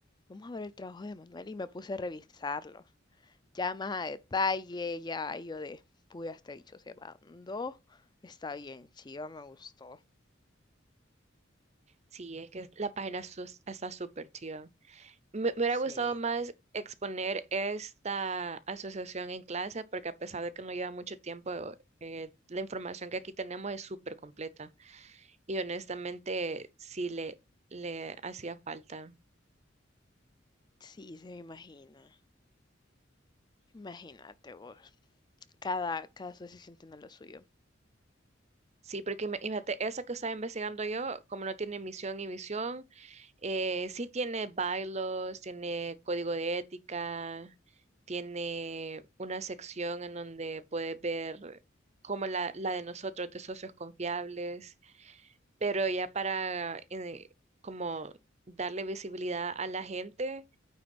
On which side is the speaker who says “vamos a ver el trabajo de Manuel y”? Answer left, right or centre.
Left